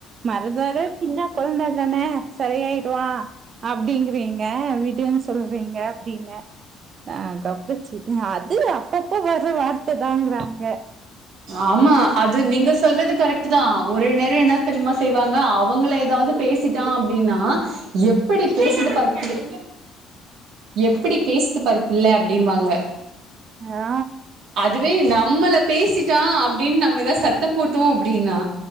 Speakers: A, on the right; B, on the right.
A: மறதட சின்ன கொழந்த தானே சரியாயிடுவா அப்டிங்குறீங்க விடுன் சொல்றீங்க அப்டின்னு அ <unintelligible> இது அது அப்பப்ப வர்ற வார்த்ததாங்றாங்க
B: ஆமா அது நீங்க சொல்றது கரெக் ட்டுதா ஒரு நேர என்ன தெரியுமா செய்வாங்க அவங்கள ஏதாது பேசிட்டா அப்டின்னா எப்படி பேசுது பாரு <unintelligible> எப்படி பேசுது பாரு புள்ள அப்படிம்மாங்க
A: அ ஆ
B: அதுவே நம்மள பேசிட்டா அப்டின் நம்ம ஏதா சத்தம் போட்டோ அப்டின்னா